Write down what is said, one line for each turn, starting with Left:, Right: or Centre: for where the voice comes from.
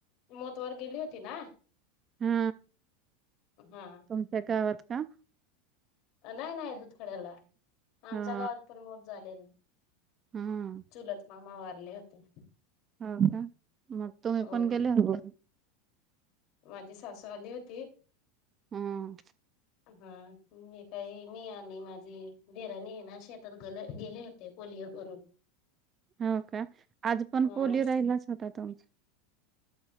Left: मत् वर गेली होती ना,
Right: हा
Left: हा
Right: तुमच्या <inaudible>
Left: नाही नाही दुधखड्याला आमच्या
Right: हा
Left: गावात पण मोठ झाले नाही.
Right: हा
Left: चुलच मामा वारले होते.
Right: हो का मग तु्ही
Left: हो
Right: पण गेले होते.
Left: माझी सासू आली होती.
Right: हम्म
Left: हा मी काही मी आणि माझी देराणी ना शेतात ग गेले होते पोलिओ करून
Right: हो का आज पण
Left: ह
Right: पोलोलिओ राहिलाच होता तुमचा